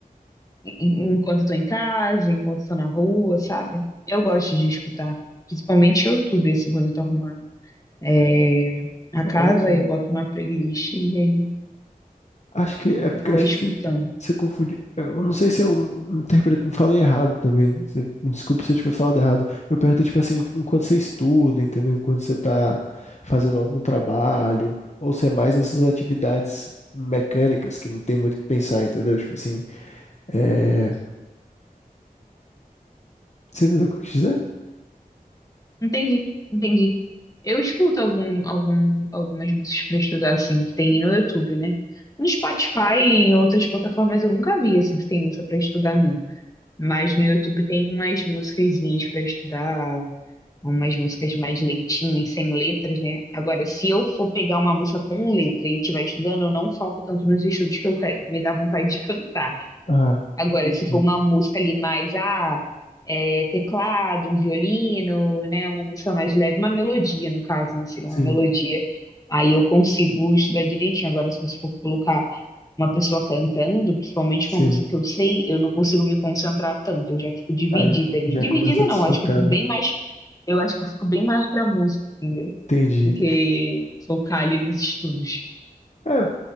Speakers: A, on the left (about 20°); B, on the left (about 50°).
A: en- enquanto eu tô em casa, enquanto eu tô na rua, sabe? Eu gosto de escutar, principalmente YouTube, assim, quando eu tô arrumando é, a
B: Ah,
A: casa,
B: legal.
A: aí eu boto uma playlist e aí
B: Acho que é porque
A: vou
B: acho
A: escutando.
B: que você, você confundiu. Eu não sei se eu interpretei, falei errado também. Você- me desculpa se eu tiver falado errado. Eu perguntei, tipo assim, enquanto você estuda, entendeu? Enquanto você tá fazendo algum trabalho, ou se é mais nessas atividades mecânicas que não tem muito o que pensar, entendeu? Tipo assim, é... você entendeu o que eu quis dizer?
A: Entendi, entendi. Eu escuto algum, algum, algumas músicas pra estudar, assim, que tem no YouTube, né? No Spotify e em outras plataformas eu nunca vi, assim, se tem música pra estudar, não. Mas no YouTube tem umas musiquezinhas pra estudar, umas músicas mais lentinhas, sem letras, né? Agora, se eu for pegar uma música com letra e estiver estudando, eu não foco tanto nos estudos que eu quero, me dá vontade de cantar.
B: Ah,
A: Agora,
B: entendi.
A: se for uma música ali mais, ah, é, teclado, um violino, né? Uma música mais leve, uma melodia, no caso, né? Seria
B: Sim,
A: uma melodia. Aí eu consigo estudar direitinho. Agora, se você for colocar uma pessoa cantando, principalmente
B: sim.
A: uma música que eu sei, eu não consigo me concentrar tanto. Eu já fico dividida
B: Aí
A: ali.
B: já
A: Dividida
B: começa a
A: não,
B: desfocar,
A: acho que eu fico
B: né?
A: bem mais. Eu acho que eu fico bem mais pra música, entendeu?
B: Entendi.
A: Do que focar ali nos estudos.
B: É,